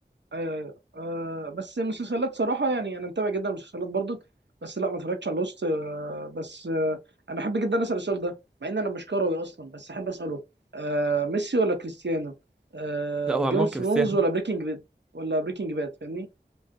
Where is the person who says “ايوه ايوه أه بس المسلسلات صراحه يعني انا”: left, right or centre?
Right